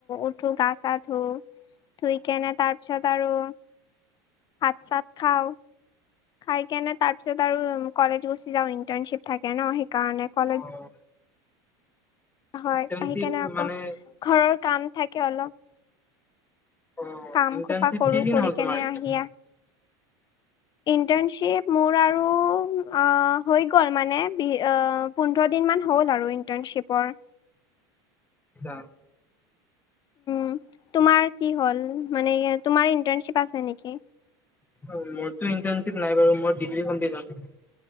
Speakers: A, on the left (about 35°); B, on the left (about 15°).
A: উঠো গা চা ধো ধুইকেনে তাৰপিছত আৰু ভাত - চাত খাও খাই কেনে তাৰপিছত আৰু কলেজ গুচি যাওঁ, ইণ্টাৰ্ণচিপ থাকে ন সেইকাৰণে কলেজ
B: অ',
A: হয়
B: ইণ্টাৰ্ণশ্বিপ
A: আহিকিনে আকৌ
B: মানে
A: ঘৰৰ কাম থাকে অলপ।
B: অ',
A: কাম
B: ইণ্টাৰ্ণশ্বিপ
A: খোপা কৰো,
B: কেইদিন
A: কৰি
B: হ'ল তোমাৰ
A: কেনে
B: এতিয়া?
A: আহি ইয়াত ইণ্টাৰ্ণশ্বিপ মোৰ আৰু আ হৈ গল মানে বি আ পোন্ধৰ দিনমান হ'ল আৰু ইন্টাৰ্ণশ্বিপৰ।
B: চাম।
A: উম, তোমাৰ কি হল মানে ই এ তোমাৰ ইণ্টাৰনশ্বীপ আছে নেকি?
B: অ মোৰতো ইণ্টাৰশ্বীপ নাই বাৰু, মই ডীগ্ৰী <inaudible> যাম।